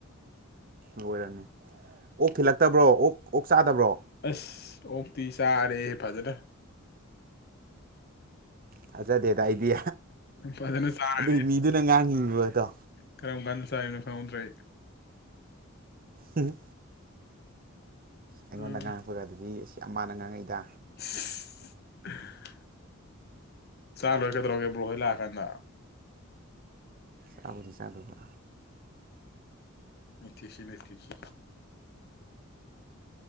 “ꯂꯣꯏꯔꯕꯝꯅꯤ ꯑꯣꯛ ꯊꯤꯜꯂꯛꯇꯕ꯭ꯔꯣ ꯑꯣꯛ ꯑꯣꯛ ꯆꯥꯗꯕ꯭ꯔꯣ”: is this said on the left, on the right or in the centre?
Right